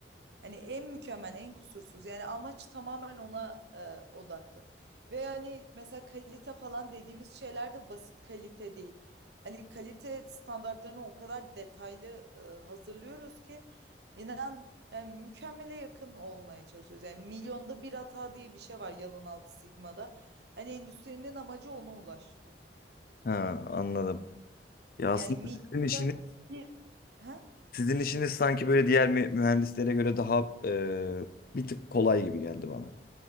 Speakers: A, on the right (about 70°); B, on the left (about 55°).
A: Hani en mükemmel, en kusursuz. Yani amaç tamamen ona e, odaklı. Ve hani mesela kalite falan dediğimiz şeyler de basit kalite değil. Hani kalite standartlarını o kadar detaylı e, hazırlıyoruz ki inan yani mükemmele yakın olmaya çalışıyoruz. Yani milyonda bir hata diye bir şey var Yalın Altı Sigma'da. Hani endüstrinin amacı ona ulaşmak.
B: Ha, anladım. Ya aslında
A: Yani milyonda
B: sizin işiniz,
A: bir... Ha?
B: sizin işiniz sanki böyle diğer mü- mühendislere göre daha e, bir tık kolay gibi geldi bana.